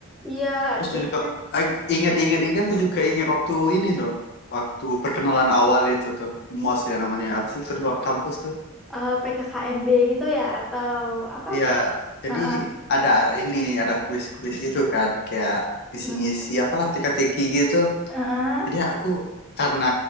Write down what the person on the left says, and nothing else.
Terus
juga eh, ingat-ingat ini aku juga ingat waktu ini tuh, waktu perkenalan awal itu tuh, MOS ya namanya. Apa sih kedua kampus tuh?
Iya,
jadi
ada ini, ada kuis-kuis gitu kan, kayak ngisi-ngisi
apalah teka-teki gitu.
Jadi aku karena